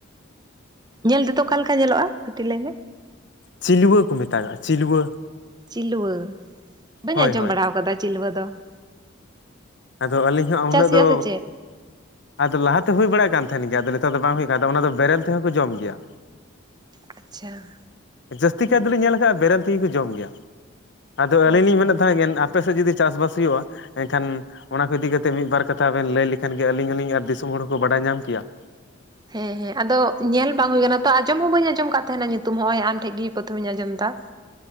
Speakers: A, on the right (about 20°); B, on the left (about 60°).
A: ᱧᱮᱞ ᱛᱮᱫᱚ ᱚᱠᱟᱮ ᱞᱮᱠᱟ ᱧᱮᱞᱚᱜᱼᱟ ᱠᱟᱹᱴᱤᱡ ᱞᱟᱹᱭᱢᱮ?
B: ᱪᱤᱞᱣᱟᱹ ᱠᱚ ᱢᱮᱛᱟᱜᱟᱜᱼᱟ ᱪᱤᱞᱣᱟᱹ ᱾
A: ᱪᱤᱞᱣᱟᱹ, ᱵᱟᱹᱧ
B: ᱦᱳᱭ
A: ᱟᱸᱡᱚᱢ
B: ᱦᱳᱭ
A: ᱵᱟᱲᱟ ᱠᱟᱫᱟ ᱪᱤᱞᱣᱟᱹ ᱫᱚ ᱾
B: ᱟᱫᱚ ᱟᱹᱞᱤᱧ ᱦᱚᱸ ᱩᱱᱟᱹᱜ
A: ᱦᱩᱭᱩᱜᱼᱟ
B: ᱫᱚ
A: ᱥᱮ ᱪᱮᱫ
B: ᱟᱫᱚ ᱞᱟᱦᱟᱛᱮ ᱦᱩᱭ ᱵᱟᱲᱟᱜ ᱠᱟᱱ ᱛᱟᱦᱮᱱ ᱜᱮᱭᱟ ᱟᱫᱚ ᱱᱮᱛᱟᱨ ᱫᱚ ᱵᱟᱝ ᱦᱩᱭᱩᱜ ᱠᱟᱱᱟ ᱛᱟ ᱚᱱᱟ ᱫᱚ ᱵᱮᱨᱮᱞ ᱛᱮᱦᱚᱸ ᱠᱚ ᱡᱚᱢ ᱜᱮᱭᱟ ᱾
A: ᱟᱪᱪᱷᱟ ᱾
B: ᱡᱟᱹᱥᱛᱤ ᱠᱟᱭ ᱫᱚᱞᱤᱧ ᱧᱮᱞ ᱠᱟᱜᱼᱟ ᱵᱮᱨᱮᱞ ᱛᱮᱜᱮ ᱠᱚ ᱡᱚᱢ ᱜᱮᱭᱟ ᱟᱫᱚ ᱟᱹᱞᱤᱧ
A: ᱚ
B: ᱞᱤᱧ ᱢᱮᱱᱮᱫ ᱛᱟᱦᱮᱸᱱ ᱟᱯᱮ ᱥᱮᱫ ᱡᱩᱫᱤ ᱪᱟᱥᱵᱟᱥ ᱦᱩᱭᱩᱜᱼᱟ, ᱮᱱᱠᱷᱟᱱ ᱚᱱᱟ ᱠᱚ ᱤᱫᱤ ᱠᱟᱛᱮᱫ ᱢᱤᱫ ᱵᱟᱨ ᱠᱟᱛᱷᱟ ᱵᱮᱱ ᱞᱟᱹᱭ ᱞᱮᱠᱷᱟᱱ ᱜᱮ ᱟᱹᱞᱤᱧ ᱦᱚᱸᱞᱤᱧ ᱟᱨ ᱫᱤᱥᱚᱢ ᱦᱚᱲ ᱦᱚᱸᱠᱚ ᱵᱟᱰᱟᱭ ᱧᱟᱢ ᱠᱮᱭᱟ ᱾
A: ᱦᱮᱸ ᱦᱮᱸ ᱟᱫᱚ ᱧᱮᱞ ᱵᱟᱝ ᱦᱩᱭ ᱠᱟᱱᱟ ᱛᱚ ᱟᱸᱚᱢ ᱦᱚᱸ ᱵᱟᱹᱧ ᱟᱸᱡᱚᱢ ᱠᱟᱜ ᱛᱟᱦᱮᱸᱱᱟ ᱧᱩᱛᱩᱢ ᱦᱚᱜ-ᱚᱭ ᱟᱢ ᱴᱷᱮᱡ ᱜᱮ ᱯᱨᱚᱛᱷᱚᱢᱤᱧ ᱟᱸᱡᱚᱢ ᱫᱟ ᱾